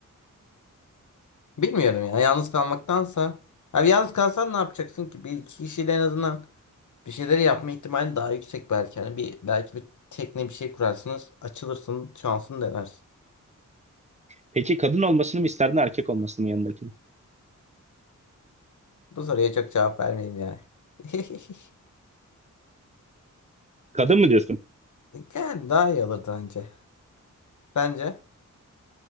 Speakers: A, on the left; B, on the right.
A: Bilmiyorum ya. Yalnız kalmaktansa. Abi yalnız kalsan ne yapacaksın ki? Bir iki kişiyle en azından bir şeyleri yapma ihtimali daha yüksek belki. Yani bir belki bir tekne bir şey kurarsınız, açılırsın, şansını denersin.
B: Peki kadın olmasını mı isterdin erkek olmasını mı yanındakinin?
A: Bu soruya çok cevap vermeyeyim yani. <laughs>
B: Kadın mı diyorsun?
A: Yani daha iyi olurdu bence. Bence.